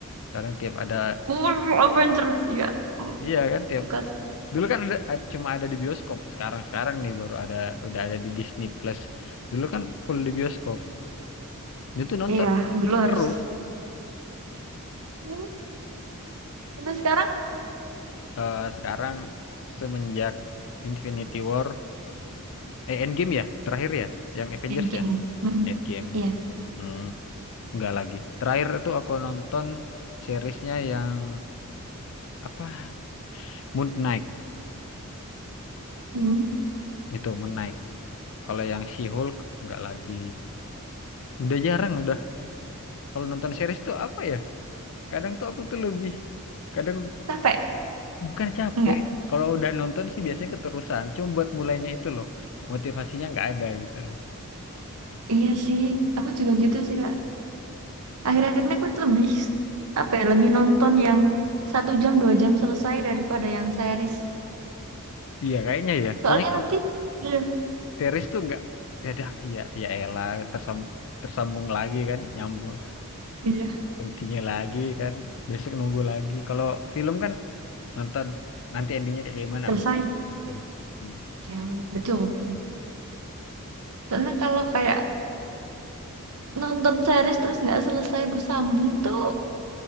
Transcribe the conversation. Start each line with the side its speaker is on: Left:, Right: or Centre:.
Left: sekarang tiap ada
Right: Mm, Avengers ya. Mm,
Left: iya kan tiap
Right: Suka. suka.
Left: Dulu kan ada, a- cuma ada di bioskop. Sekarang-sekarang nih baru ada udah ada di Disney Plus. Dulu kan full di bioskop. Itu tuh nonton
Right: Iya,
Left: nonton
Right: dulu harus.
Left: terus.
Right: Mm, Tapi sekarang
Left: Eh, sekarang semenjak Infinity War, eh Endgame ya, terakhir ya, yang Avengers
Right: game-game.
Left: ya,
Right: Mm,
Left: Endgame.
Right: Iya.
Left: Hmm, enggak lagi. Terakhir itu aku nonton seriesnya yang apa? Moon Knight.
Right: Mm.
Left: Itu Moon Knight. Kalau yang She-Hulk nggak lagi. Udah jarang udah. Kalau nonton series tuh apa ya? Kadang tuh aku tuh lebih kadang
Right: Capek?
Left: Bukan capek.
Right: Enggak.
Left: Kalau udah nonton sih biasanya keterusan. Cuma buat mulainya itu loh. Motivasinya nggak ada gitu loh.
Right: Iya sih, aku juga gitu sih, Kak. Akhir-akhirnya aku tuh lebih, apa ya, lebih nonton yang satu jam, dua jam selesai daripada yang series.
Left: Iya kayaknya ya.
Right: Soalnya
Left: Soalnya kalau
Right: nanti, iya,
Left: series tuh nggak. Ya dah, ya, ya elah. Tersam, tersambung lagi kan. Nyambung.
Right: iya,
Left: Intinya lagi kan. Besok nunggu lagi. Kalau film kan nonton. Nanti endingnya kayak gimana
Right: selesai.
Left: udah. Gitu. Hmm.
Right: Ya, betul. Soalnya kalau kayak nonton series terus nggak selesai bersambung tuh